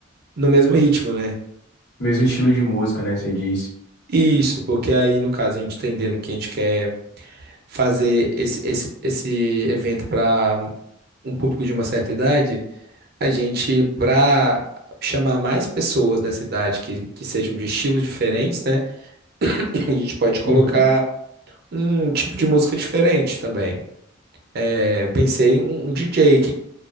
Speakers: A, on the right; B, on the left.
A: no mesmo ritmo, né?
B: Mesmo estilo de música, né? Você diz.
A: Isso, porque aí no caso a gente tá entendendo o que a gente quer. fazer esse, esse, esse evento para um público de uma certa idade, a gente, para chamar mais pessoas da cidade que, que sejam de estilos diferentes, né? <clears throat> A gente pode colocar
B: Uhum.
A: um tipo de música diferente também. É, eu pensei em um, um DJ. O que,